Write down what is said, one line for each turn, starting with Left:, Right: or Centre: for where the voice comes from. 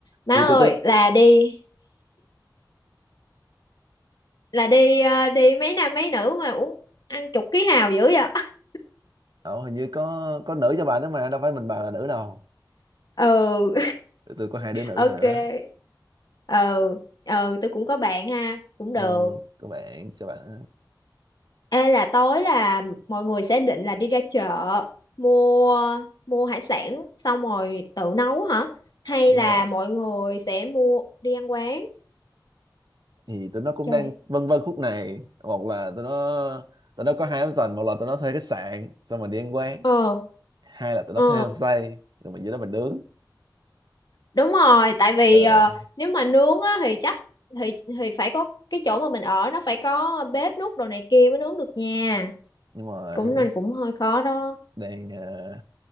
Left: má
Right: thì
Left: ơi
Right: tụi tôi
Left: là đi là đi ờ, đi mấy nam mấy nữ mà uống ăn chục ký hào dữ vậy <laughs>
Right: ờ, hình như có có nữ cho bà nữa mà đâu phải mình bà là nữ đâu
Left: ừ
Right: tụi tôi có hai đứa nữ
Left: ok
Right: nữa
Left: ừ ừ tôi cũng có bạn ha cũng
Right: ừ,
Left: được
Right: các bạn các bạn
Left: Ê là tối là mọi người sẽ định là đi ra chợ mua mua hải sản xong rồi tự nấu hả? Hay
Right: đúng
Left: là
Right: rồi
Left: mọi người sẽ mua đi ăn quán?
Right: thì tụi nó cũng
Left: Trời.
Right: đang vân vân khúc này một là tụi nó tụi nó có hai option một là tụi nó thuê khách sạn xong rồi đi ăn quán
Left: Ờ,
Right: hai là tụi
Left: ờ,
Right: nó thuê homestay rồi mình dưới đó mình nướng
Left: đúng rồi, tại vì
Right: ờ,
Left: ờ, nếu mà nướng á thì chắc thì thì phải có cái chỗ mà mình ở nó phải có bếp nút đồ này kia mới nướng được nha.
Right: nhưng mà
Left: Cũng
Right: thì có
Left: nên
Right: cái s-
Left: cũng hơi khó đó.
Right: đang ờ,